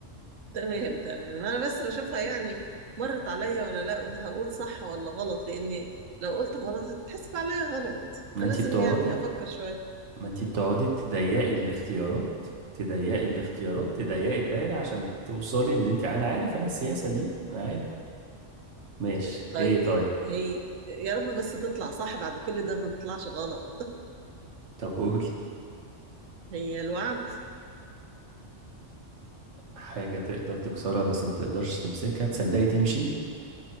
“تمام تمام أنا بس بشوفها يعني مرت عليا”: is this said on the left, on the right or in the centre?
Right